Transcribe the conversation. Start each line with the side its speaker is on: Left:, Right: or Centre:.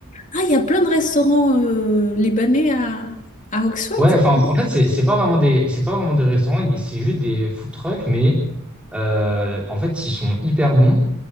Left: Ah, il y a plein de restaurants euh, libanais à, à Oxford.
Centre: Ouais, enfin, en
Left: Ah,
Centre: en fait, c'est c'est pas vraiment des, c'est pas vraiment des restaurants, mais c'est juste des food trucks, mais Euh, en fait, ils sont hyper bons.